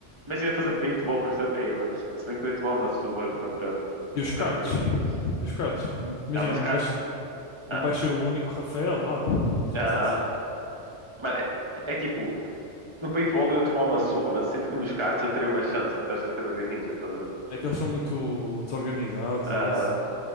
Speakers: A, on the right; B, on the left.
A: imagina fazer paintball com as tartarugas. Ei, mas se bem que eu ia tomar uma surra contra
B: E os
A: as tartarugas
B: cards
A: ninjas.
B: E os cards Imagina,
A: Não, mas
B: não
A: cá.
B: vais,
A: Ah,
B: não vais ser o único Rafael lá. Tens de
A: aham.
B: pensar assim.
A: Mano, é, é tipo. No paintball eu ia tomar uma surra, mas eu sinto que nos cards eu teria uma chance contra as tartarugas ninja, estás a ver?
B: É que eles são muito desorganizados
A: Aham.
B: e isso.